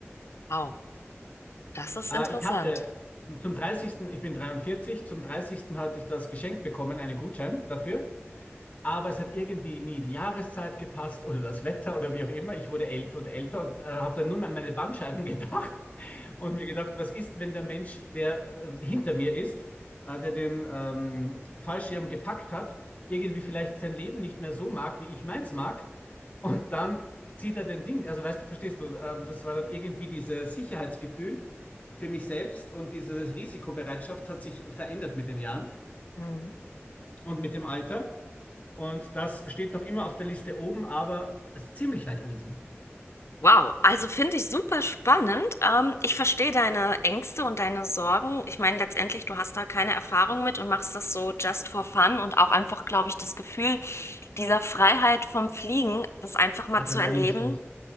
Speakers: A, on the left (about 75°); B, on the left (about 35°).
A: Wow, das ist
B: Äh,
A: interessant.
B: ich hatte zum dreißigsten, ich bin 43, zum dreißigsten hatte ich das geschenkt bekommen, einen Gutschein dafür. Aber es hat irgendwie nie die Jahreszeit gepasst oder das Wetter oder wie auch immer. Ich wurde älter und älter und äh, habe dann nur an meine Bandscheiben <laughs> gedacht und mir gedacht, was ist, wenn der Mensch, der äh, hinter mir ist, äh, der den ähm, Fallschirm gepackt hat, irgendwie vielleicht sein Leben nicht mehr so mag, wie ich meins mag und dann zieht er den Ding, also weißt du, verstehst du, ähm, das war dann irgendwie dieses Sicherheitsgefühl für mich selbst und diese Risikobereitschaft hat sich verändert mit den Jahren
A: Mhm.
B: und mit dem Alter. Und das steht noch immer auf der Liste oben, aber es ist ziemlich weit unten.
A: Wow, also finde ich super spannend. Ähm, ich verstehe deine Ängste und deine Sorgen. Ich meine, letztendlich, du hast da keine Erfahrung mit und machst das so just for fun und auch einfach, glaube ich, das Gefühl dieser Freiheit vom Fliegen, das einfach mal zu
B: Adrenalinstoß.
A: erleben.